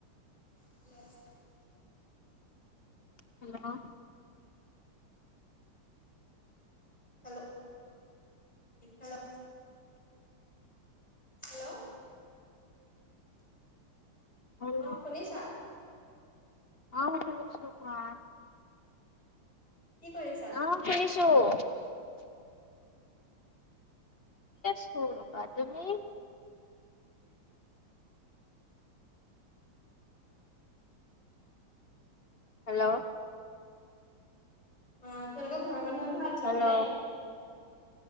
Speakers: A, on the left (about 15°); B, on the left (about 60°).
A: Hello?
B: Hello?
A: Hello? Hello? Hello?
B: Hello
A: অ', শুনিছা?
B: অ', শুনিছো কোৱা।
A: কি কৰিছা?
B: অ শুনিছো শুই এনে আছোঁ ৰ'বা, তুমি? হেল্ল'?
A: অ', তেওঁলোকৰ ঘৰৰ মানুহে ভাল চবৰে?
B: হেল্ল'